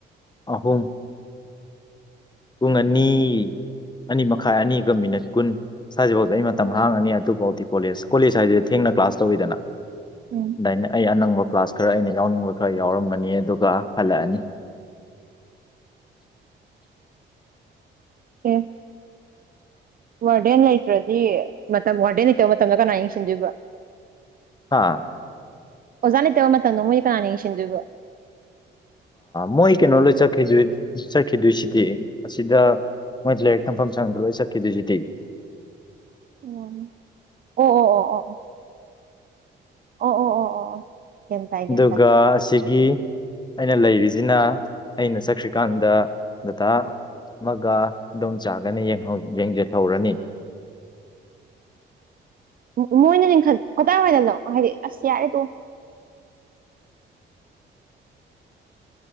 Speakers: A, on the left (about 20°); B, on the right (about 45°).
A: ꯑꯍꯨꯝ ꯄꯨꯡ ꯑꯅꯤ ꯑꯅꯤ ꯃꯈꯥꯏ ꯑꯅꯤꯒ ꯃꯤꯅꯤꯠ ꯀꯨꯟ ꯁ꯭ꯋꯥꯏꯁꯤꯐꯥꯎꯗ ꯑꯩ ꯃꯇꯝ ꯍꯥꯡꯉꯅꯤ ꯑꯗꯨꯐꯥꯎꯗꯤ ꯀꯣꯂꯦꯖ ꯀꯣꯂꯦꯖ ꯍꯥꯏꯁꯤꯗꯤ ꯊꯦꯡꯅ ꯀ꯭ꯂ ꯇꯧꯔꯤꯗꯅ
B: ꯎꯝ
A: ꯑꯗꯥꯏꯅꯥ ꯑꯩ ꯑꯅꯪꯕꯥ ꯀꯂ꯭ꯥꯁ ꯈꯔꯥ ꯑꯩꯅꯥ ꯌꯥꯎꯅꯤꯡꯕꯥ ꯈꯔꯥ ꯌꯥꯎꯔꯝꯃꯅꯤ ꯑꯗꯨꯒꯥ ꯍꯜꯂꯛꯑꯥꯅꯤ
B: ꯑꯦ ꯋꯥꯔꯗꯦꯟ ꯂꯩꯇ꯭ꯔꯗꯤ ꯃꯇꯝ ꯋꯥꯔꯗꯦꯟ ꯂꯩꯇꯕ ꯃꯇꯝꯗ ꯀꯅꯥ ꯌꯦꯡꯁꯤꯟꯗꯣꯏꯕ
A: ꯑꯥ
B: ꯑꯣꯖꯥ ꯂꯩꯇꯕ ꯃꯇꯝꯗꯣ ꯃꯣꯏꯁ ꯀꯅꯥꯅ ꯌꯦꯡꯁꯤꯟꯗꯣꯏꯕꯣ
A: ꯃꯣꯏ ꯀꯩꯅꯣ ꯂꯣꯏ ꯆꯠ ꯆꯠꯈꯤꯗꯣꯏꯁꯤꯗꯤ ꯑꯁꯤꯗ ꯃꯣꯏ ꯂꯥꯏꯔꯤꯛ ꯇꯝꯐꯝ ꯁꯪꯗ꯭ꯔ ꯂꯣꯏ ꯆꯠꯈꯤꯗꯣꯏꯁꯤꯗꯤ
B: ꯎꯝ ꯑꯣ ꯑꯣ ꯑꯣ ꯑꯣ ꯑꯣ ꯑꯣ ꯑꯣ ꯑꯣ ꯒ꯭ꯌꯥꯟ ꯇꯥꯏ ꯒ꯭ꯌꯥꯟ
A: ꯑꯗꯨꯒ
B: ꯇꯥꯏ
A: ꯑꯁꯤꯒꯤ ꯑꯩꯅ ꯂꯩꯔꯤꯁꯤꯅ ꯑꯩꯅ ꯆꯈ꯭ꯔꯤꯀꯥꯟꯗ ꯗꯥꯗꯥ ꯑꯃꯒ ꯏꯗꯣꯝꯆꯥꯒꯅꯤ ꯌꯦꯡꯖꯜꯍꯧꯔꯅꯤ
B: ꯑ ꯃꯣꯏꯅ ꯂꯤꯡꯈꯠ ꯀꯗꯥꯏꯋꯥꯏꯗꯅꯣ ꯍꯥꯏꯗꯤ ꯑꯁ ꯌꯥꯔꯦ ꯇꯣꯛ ꯑꯣ <inaudible>